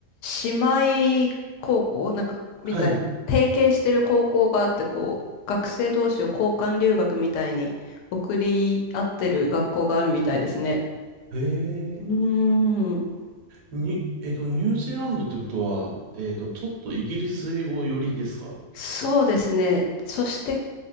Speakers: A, on the left; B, on the right.
A: 姉妹高校なんか、みたいな、
B: はい、
A: 提携してる高校があって、こう、学生同士を交換留学みたいに送り合ってる学校があるみたいですね。
B: へえ、
A: うーん、
B: に、えっと、ニュージーランドってことは、えっと、ちょっとイギリス英語よりですか
A: そうですね。そして、